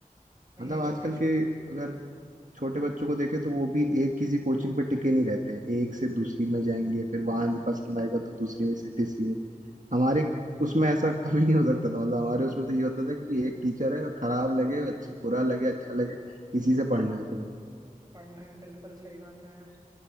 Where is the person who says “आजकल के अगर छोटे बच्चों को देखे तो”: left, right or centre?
Right